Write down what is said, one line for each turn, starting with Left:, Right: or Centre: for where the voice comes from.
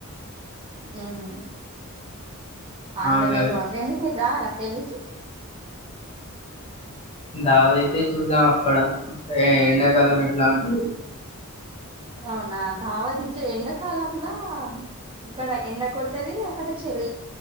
Right: హుమ్ ఆన్
Left: ఆ
Right: ద
Left: ఉన్నది.
Right: వే లో ఉందండీ మీరు రార పెళ్ళికి
Left: దావతైతే చూద్దాం అప్పుడ ఇగ ఎండాకాలం ఎట్లా ఉంటది
Right: అవునా ధావత్ ఇ ఎండాకాలంలా ఇక్కడ ఎండ కొడుతది అక్కడ చలీ